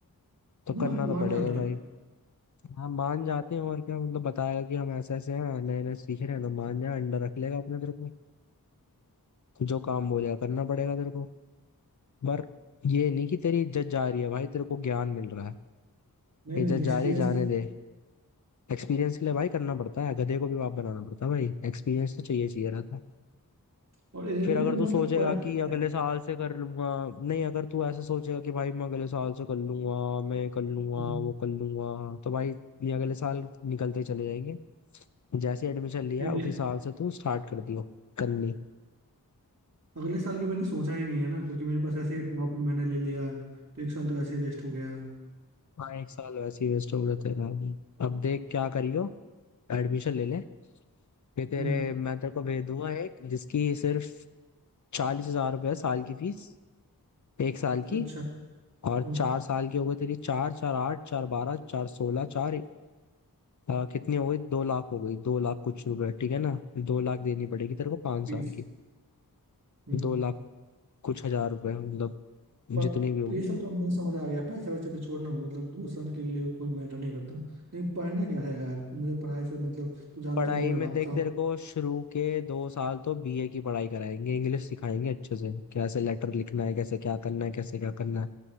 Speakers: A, on the left (about 55°); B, on the right (about 45°).
A: तो करना
B: मान
A: तो
B: मान
A: पड़ेगा
B: जाते
A: भाई
B: हैं
A: हाँ मान जाते हैं और क्या मतलब बताएगा कि हम ऐसे ऐसे हैं नए नए सीख रहे हैं तो मान जा अंडर रख लेगा अपने तेरे को जो काम बोलेगा करना पड़ेगा तेरे को पर ये नहीं कि तेरी इज्जत जा रही है भाई तेरे को ज्ञान मिल रहा है
B: नहीं नहीं
A: इज्जत जा
B: एक्सपीरियंस
A: रही है जाने
B: के लिए
A: दे एक्सपीरियंस के लिए भाई करना पड़ता है गधे को भी बाप बनाना पड़ता है भाई एक्सपीरियंस तो चाहिए चाहिए रहता है
B: और रेलवे
A: फिर अगर
B: में
A: तू
B: मतलब
A: सोचेगा
B: पढ़ना
A: कि
B: क्या
A: अगले
B: है
A: साल से कर लूंगा नहीं अगर तू ऐसा सोचेगा कि भाई मैं अगले साल से कर लूंगा मैं कर लूंगा
B: हम्म,
A: वो कर लूंगा तो भाई ये अगले साल निकलते चले जाएंगे जैसे एडमिशन लिया
B: नहीं नहीं
A: उसी साल से तू स्टार्ट कर दियो करनी
B: अगले साल के मैंने सोचा ही नहीं है ना क्योंकि मेरे पास ऐसे ही ड्रॉप मैंने ले लिया तो एक साल तो ऐसे ही वेस्ट हो गया
A: हाँ एक साल वैसे ही वेस्ट हो गया तेरा भी। अब देख क्या करियो एडमिशन ले ले फिर तेरे
B: हम्म
A: मैं तेरे को भेज दूंगा एक जिसकी सिर्फ चालीस हजार रुपये है साल की फीस एक साल
B: अच्छा
A: की और
B: हम्म
A: चार साल की हो गई तेरी चार चार आठ चार बारह चार सोलह चार हाँ कितनी हो गई दो लाख हो गई दो लाख कुछ रुपए ठीक है ना दो लाख देनी पड़ेगी तेरे को पांच
B: फीस
A: साल की
B: हम्म
A: दो लाख कुछ हजार रुपए मतलब
B: पर
A: जितनी भी होगी
B: ये सब तो मुझे समझ आ गया पैसा वैसा के छोड़ना हो मतलब दो साल के लिए कोई मैटर नहीं करता लेकिन पढ़ना क्या था यार मुझे पढ़ाई से मतलब तू जानता
A: पढ़ाई
B: ही है मैं
A: में
B: भागता
A: देख
B: हूँ
A: तेरे को शुरू के दो साल तो बीए की पढ़ाई कराएंगे इंग्लिश सिखाएंगे अच्छे से कैसे लेटर लिखना है कैसे क्या करना है कैसे क्या करना है